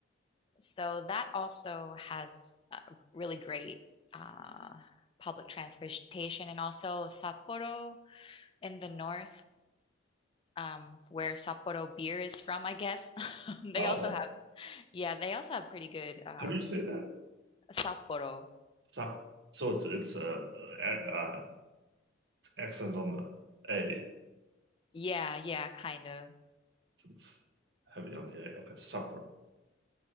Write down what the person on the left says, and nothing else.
so that also has uh, really great uh, public transportation, and also Sapporo in the north, um, where Sapporo beer is from, I guess. <laughs>
They also have, yeah, they also have pretty good uh,
Sapporo.
Yeah, yeah, kind of.